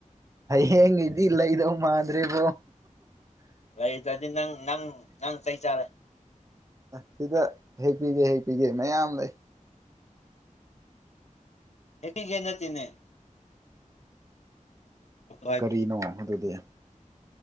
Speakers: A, on the right (about 25°); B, on the left (about 55°).
A: ꯍꯌꯦꯡꯡ ꯏꯗꯤ ꯏ ꯂꯩ ꯏꯗꯧ ꯃꯥꯥꯟꯗ꯭ꯔꯦꯕꯣ
B: ꯂꯩꯗ꯭ꯔꯗꯤ ꯅꯪ ꯅꯪ ꯅꯪ ꯆꯩ ꯆꯥꯔꯦ
A: ꯁꯤꯗ ꯍꯦꯛ ꯄꯒꯦ ꯍꯦꯛꯄꯤꯒꯦ ꯃꯌꯥꯝ ꯂꯩ
B: ꯍꯒꯤꯒꯦ ꯅ ꯇꯅꯦ ꯍꯥꯏꯕꯅꯤ
A: ꯀꯔꯤꯅꯣ ꯑꯗꯨꯗꯤ